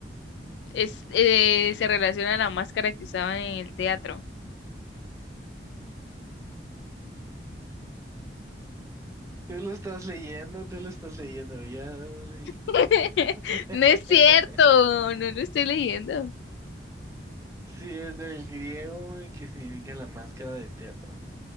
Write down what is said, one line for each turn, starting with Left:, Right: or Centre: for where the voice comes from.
Left: es, eh, se relaciona a la máscara que usaban en el teatro.
Right: Tú lo estás leyendo, tú lo estás leyendo, ya. vi.
Left: <laughs>
Right: <laughs>
Left: No es cierto, no lo estoy leyendo.
Right: Sí, es del griego y que significa la máscara de teatro.